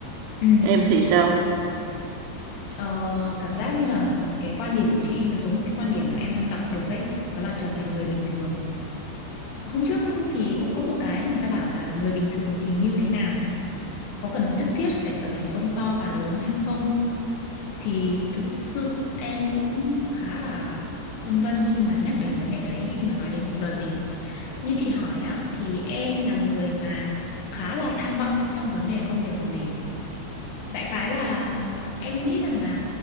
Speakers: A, on the left (about 85°); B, on the right (about 85°).
A: Ừ,
B: em thì sao
A: ờ, cảm giác như là cái quan điểm của chị nó giống một cái quan điểm mà em đang đọc được ấy, đó là trở thành người bình thường. Hôm trước thì cũng có một cái người ta bảo là người bình thường thì như thế nào? Có cần nhất thiết phải trở thành ông to bà lớn hay không? Thì thực sự em cũng khá là phân vân khi mà nhắc đến vấn đề đấy, khi mà nói đến cuộc đời mình. Như chị hỏi á, thì em là người mà khá là tham vọng trong vấn đề công việc của mình đại khái là em nghĩ rằng là